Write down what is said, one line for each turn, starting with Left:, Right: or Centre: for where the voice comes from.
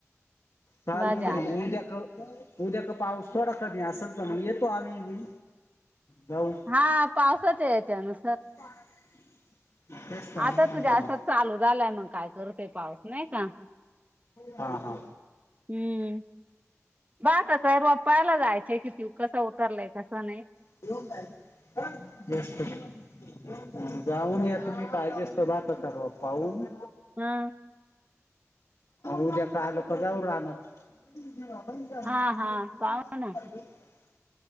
Left: <unintelligible>
Right: भाज्या आणाय
Left: उद्या का पाऊस थोडा कमी असल तर मग येतो आम्ही बी जाऊ
Right: हा पावसाच याच्यानुसार
Left: <unintelligible> तर म्हणून
Right: आता
Left: म्हणलं
Right: तो जास्तच
Left: मग
Right: चालू झालाय मग काय करतोय पाऊस नाही का.
Left: हा हा!
Right: हम्म <unintelligible>
Left: <unintelligible> जाऊन या तुम्ही पाहिजे तर भाताच रोप पाहून.
Right: हा!
Left: उद्या का लोक जाऊ रानात. <unintelligible>
Right: हा हा पाहू ना